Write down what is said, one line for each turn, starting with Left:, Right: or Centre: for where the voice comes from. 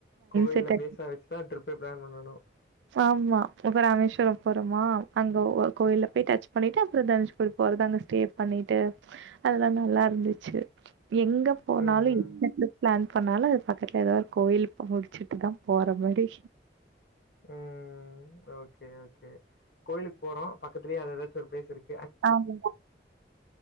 Left: கோயில
Right: செட்
Left: பேசா வச்சுதா ட்ரிப்பே ப்ளான் பண்ணனு
Right: ஆமா இப்ப ராமேஸ்வரோ போறோமா அங்க ஒரு கோயில்ல போய் டச் பண்ணிட்டு அப்ற தனுஷ்கோரி போறது அங்க ஸ்டே பண்ணிட்டு அதெல்லா நல்லாருந்துச்சு எங்க போனாலு
Left: ம், ம்.
Right: இந்தந்த ப்ளான் பனாலு அது பக்கத்ல ஏதா ஒரு கோயில் முடிச்சுட்டு தா போற மாரி
Left: ம் ம் ஓகே ஓகே கோயிலுக் போறோ பக்கத்லியே அது எதாச் சர் பேசிருக்கு
Right: அவ்ளோதா